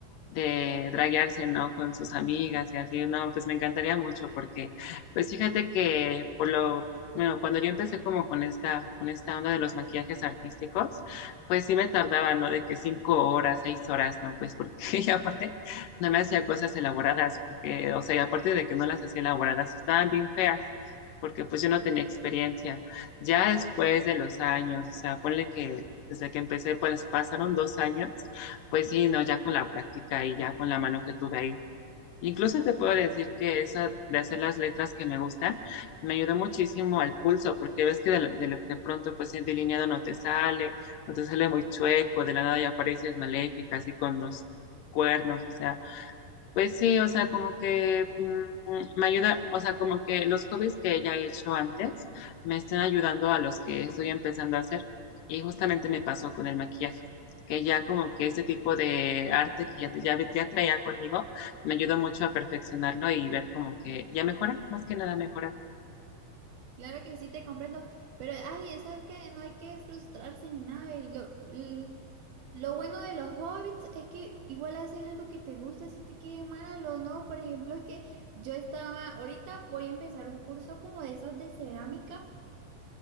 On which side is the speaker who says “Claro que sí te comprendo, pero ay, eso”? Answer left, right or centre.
Right